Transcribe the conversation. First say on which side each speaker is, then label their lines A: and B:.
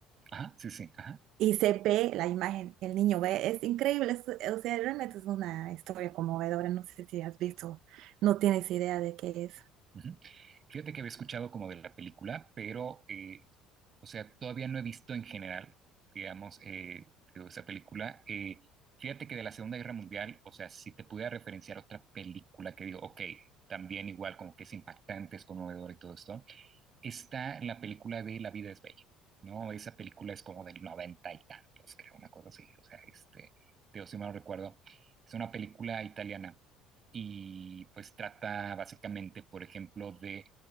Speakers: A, on the right; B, on the right.
A: ajá, sí, sí, ajá.
B: Y se ve la imagen, el niño ve, es increíble, es- o sea, realmente es una historia conmovedora, no sé si has visto, no tienes idea de qué es.
A: Ujú. Fíjate que había escuchado como de la película, pero, eh, o sea, todavía no he visto en general, digamos, eh, digo, esa película. Eh, fíjate que de la Segunda Guerra Mundial, o sea, si te pudiera referenciar otra película que digo, ok, también igual, como que es impactante, es conmovedor y todo esto está la película de La vida es bella, ¿no? Esa película es como del noventa y tantos, creo, una cosa así, o sea, este, de si mal no recuerdo, es una película italiana y pues trata básicamente, por ejemplo, de,